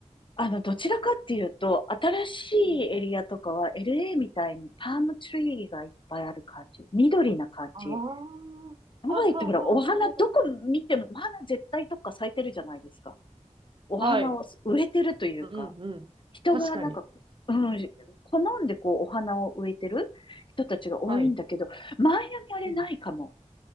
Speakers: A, on the left (about 40°); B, on the right (about 40°).
A: あの、どちらかっていうと、新しいエリアとかは
B: うん、
A: LA みたいにパームツリーがいっぱいある感じ。緑な感じ。
B: ああ、はあはあはあ、
A: ハワイってほら、お花どこ見ても、
B: なるほど。
A: お花絶対どっか咲いてるじゃないですか。お花を植えてるというか、
B: はい。うんうん。
A: 人がなんか、
B: 確かに。
A: うん、好んでこうお花を植えてる人たちが多いんだけど、
B: はい。
A: マイアミあれないかも。
B: うん。